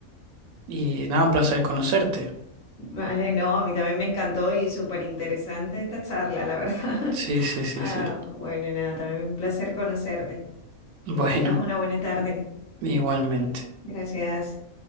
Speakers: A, on the right; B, on the left.
A: Y nada, un placer conocerte.
B: vale, no, a mí también me encantó y súper interesante esta charla, la verdad. <laughs>
A: Sí, sí, sí,
B: Ah,
A: sí.
B: bueno, nada, también un placer conocerte.
A: Bueno,
B: Que tengas una buena tarde.
A: igualmente.
B: Gracias.